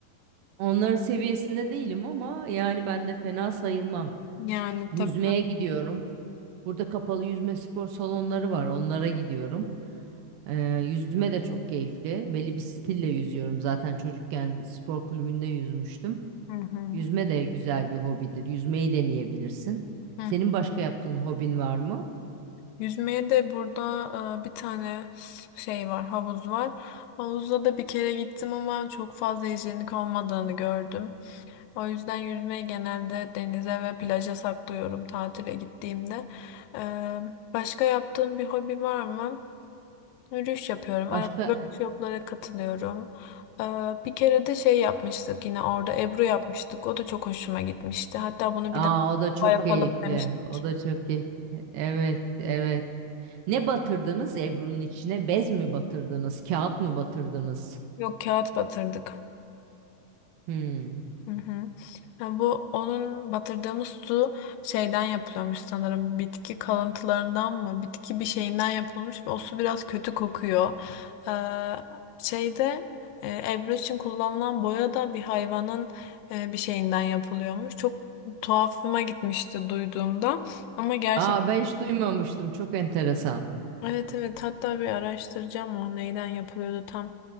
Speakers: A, on the right (about 90°); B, on the left (about 90°).
A: onların seviyesinde değilim ama yani ben de fena sayılmam.
B: Yani
A: Yüzmeye
B: tabii.
A: gidiyorum. Burada kapalı yüzme spor salonları var. Onlara gidiyorum. Ee, yüzme de çok keyifli. Belli bir stille yüzüyorum zaten. Çocukken spor kulübünde yüzmüştüm.
B: Hı hı.
A: Yüzme de güzel bir hobidir. Yüzmeyi deneyebilirsin.
B: Hı.
A: Senin başka yaptığın hobin var mı?
B: Yüzmeye de burada e, bir tane şey var, havuz var. Havuzda da bir kere gittim ama çok fazla hijyenik olmadığını gördüm. O yüzden yüzmeyi genelde denize ve plaja saklıyorum tatile gittiğimde. E, başka yaptığım bir hobi var mı? Yürüyüş yapıyorum.
A: Başka?
B: Arada workshoplara katılıyorum. E, bir kere de şey yapmıştık yine orada Ebru yapmıştık. O da çok hoşuma gitmişti. Hatta bunu
A: Aa,
B: bir daha
A: o da çok
B: yapalım
A: keyifli.
B: demiştik.
A: O da çok keyifli. Evet, evet. Ne batırdınız Ebru'nun içine? Bez mi batırdınız? Kağıt mı batırdınız?
B: Yok kağıt batırdık.
A: Hmm.
B: Hı hı. Ha, bu onun batırdığımız su şeyden yapılıyormuş sanırım. Bitki kalıntılarından mı? Bitki bir şeyinden yapılmış ve o su biraz kötü kokuyor. Ee, şeyde e, Ebru için kullanılan boya da bir hayvanın e, bir şeyinden yapılıyormuş. Çok tuhafıma gitmişti duyduğumda. Ama gerçek
A: Aa, ben hiç duymamıştım. Çok enteresan.
B: evet evet hatta bir araştıracağım o neyden yapılıyordu tam.